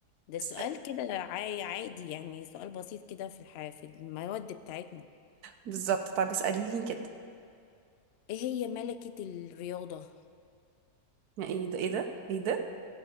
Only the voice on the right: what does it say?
اسأل
بالظبط طيب اسألي لي كده
يعني ايه ده ايه ده ايه ده